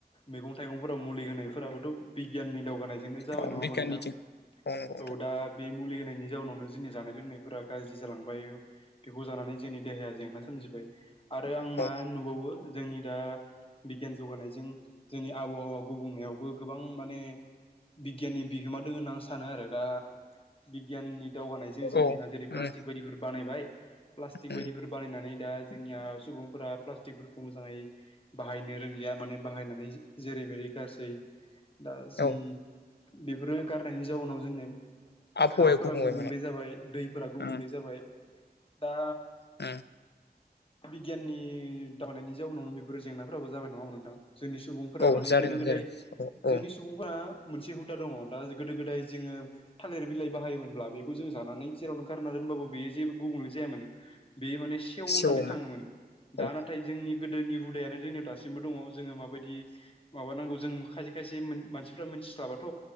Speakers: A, on the left; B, on the left.
A: मैगं थाइगंफोराव मुलि होनायफोराबोथ' बिगियाननि दावगानायजोंनो जाबाय
B: औ
A: नङा
B: बिगियाननिथिं
A: होमबा नोंथां
B: नंगौ नोंथां
A: औ दा बे मुलि होनायनि जाउनावनो जोंनि जानाय लोंनायफोरा गाज्रि जालांबायो बेखौ जानानै जोंनि देहाया जेंना सोमजिबाय आरो आं
B: औ
A: मा नुबावो जोंनि दा बिगियान जौगानायजों जोंनि आबहावा गुबुंनायावबो गोबां माने बिगियाननि बिहोमा दोङो होनना आं सानो आरो दा बिगियाननि दावगानायजों जोंनिया
B: औ
A: जेरै प्लास्टिक
B: उम
A: बायदिफोर बानायबाय प्लासटिक
B: उम
A: बायदिफोर बानायनानै दा जोंनिया सुबुंफोरा प्लास्टिकफोरखौ मोजाङै बाहायनो रोंलिया माने बाहायनानै जेरै मेरै गारसै दा जों
B: औ
A: बेफोरो गारनायनि जाउनाव जोंनिया
B: आबहावाया
A: हाफोरा गुबुंले
B: माने
A: जाबाय दैफोरा गुबुंले
B: उम
A: जाबाय दा
B: ओ
A: बिगियाननि दावगानायनि जाउनावनो बेफोर जेंनाफोराबो जाबाय नङा होमबा नोंथां जोंनि सुबुंफोरा
B: औ
A: माने
B: जादों
A: गोदो गोदाय
B: जादों औ
A: जोंनि
B: औ
A: सुबुंफोरा मोनसे हुदा दङ दा गोदो गोदाय जोङो थालिर बिलाइ बाहायोमोनब्ला बेखौ जों जानानै जेराव गारना दोनबाबो बेयो जेबो गुबुंले जायामोन बे माने सेवनानै
B: सेवोमोन
A: थाङोमोन
B: औ
A: दा नाथाय जोंनि गोदोनि हुदायानो जोंनियाव दासिमबो दङ जोङो माबायदि माबानांगौ जों खायसे खायसे मानसिफ्रा मिथिस्लाबाथ'